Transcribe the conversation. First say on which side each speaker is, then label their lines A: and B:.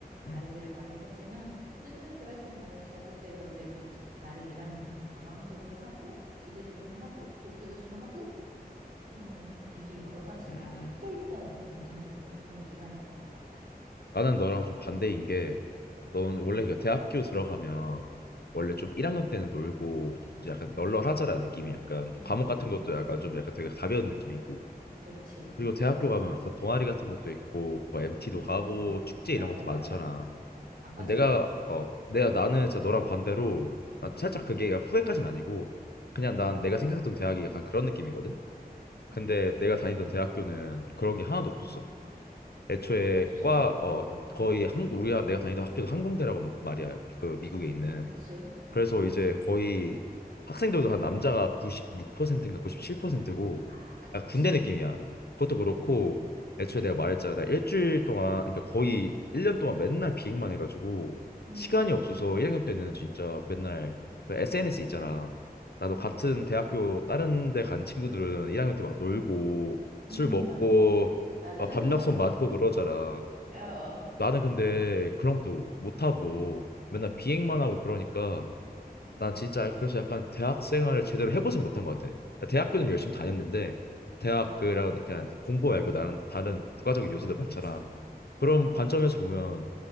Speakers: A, on the right (about 65°); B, on the left (about 80°).
A: 다른
B: 음,
A: 길을 가긴 했지만 어쨌든 그래서 뭐 대학교 때 그렇게 좀 나름 1학년은 좀 방황도 좀 하고 기대도 좀 하고 놀기도 좀 하고 좀, 좀 되게 여러 가지가
B: 음.
A: 섞여 있던 감정적으로 그런 기간이었던 것 같아.
B: 나는 너랑 좀 반대인 게, 넌
A: 응,
B: 원래 이거 대학교 들어가면
A: 응,
B: 원래 좀 1학년 때는 놀고 좀 약간 널널하잖아
A: 응,
B: 느낌이 약간
A: 응,
B: 과목
A: 응,
B: 같은 것도
A: 응.
B: 약간 좀 약간 되게 가벼운 느낌이고
A: 그치.
B: 그리고 대학교 가면 약간 동아리 같은 것도 있고 뭐 MT도
A: 응,
B: 가고
A: 응.
B: 축제
A: 맞아,
B: 이런 것도
A: 맞아.
B: 많잖아.
A: 어, 안 빠지고
B: 근데 내가
A: 다 갔어.
B: 어 내가 나는 진짜 너랑 반대로 난 살짝
A: 응,
B: 그게 후회까지는 아니고 그냥
A: 응,
B: 난 내가 생각했던 대학이 약간 그런 느낌이거든.
A: 응,
B: 근데 내가 다니던 대학교는 그런 게 하나도 없었어.
A: 응.
B: 애초에
A: 없어?
B: 과 어
A: 응,
B: 거의 한국 우리가 내가 다니던 학교도 항공대라고 말이야 그 미국에 있는
A: 응, 그치. 응.
B: 그래서 이제 거의 학생들도 한 남자가 96%인가 97%고
A: 아, 그렇지.
B: 약간 군대 느낌이야. 그것도 그렇고
A: 응,
B: 애초에 내가 말했잖아. 나 일주일 동안 그러니까 거의 1년 동안 맨날 비행만 해가지고
A: 응,
B: 시간이 없어서 1학년 때는 진짜 맨날 그 SNS 있잖아. 나도
A: 응,
B: 같은 대학교 다른 데 간 친구들은 1학년 때 막 놀고
A: 응,
B: 술 먹고
A: 맞아. 맞아,
B: 막
A: <laughs> 맞아,
B: 밤약속
A: 맞아.
B: 많고 그러잖아.
A: 어, 어.
B: 나는 근데 그런 것도 못하고 맨날
A: 응,
B: 비행만 하고 그러니까
A: 응,
B: 난 진짜 그래서 약간 대학 생활을 제대로 해보진 못한 것 같아. 그러니까 대학교는 열심히 다녔는데 대학
A: 응,
B: 그런 그까 공부 말고 나는 다른 부가적인
A: 응,
B: 요소들
A: 응,
B: 많잖아.
A: 그치.
B: 그런
A: 응.
B: 관점에서 보면